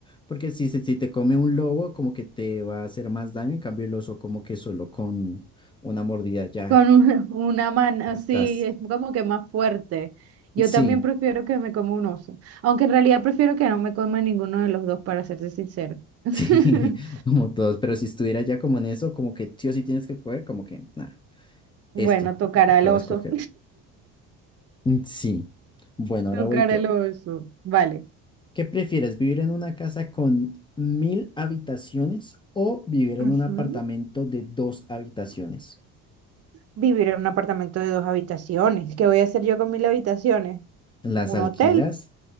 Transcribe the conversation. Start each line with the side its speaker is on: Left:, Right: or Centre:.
Left: porque si, se- si te come un lobo como que te va a hacer más daño, en cambio el oso como que solo con una mordida ya
Right: con un- una mano
Left: no
Right: así,
Left: estás.
Right: es como que más fuerte. Yo
Left: Sí,
Right: también prefiero que me coma un oso, aunque en realidad prefiero que no me coma ninguno de los dos, para serte sincero.
Left: <laughs>
Right: <laughs>
Left: sí, como todos, pero si estuviera ya como en eso, como que sí o sí tienes que coger, como que nada,
Right: Bueno,
Left: esto,
Right: tocará
Left: lo que acabo
Right: al oso.
Left: de escoger. Mm, Sí, bueno, ahora
Right: Tocar
Left: voy yo.
Right: el oso. Vale.
Left: ¿Qué prefieres, vivir en una casa con mil habitaciones o vivir en
Right: Ujú.
Left: un apartamento de dos habitaciones?
Right: Vivir en un apartamento de dos habitaciones. ¿Qué voy a hacer yo con mil habitaciones?
Left: ¿Las
Right: ¿Un
Left: alquilas?
Right: hotel?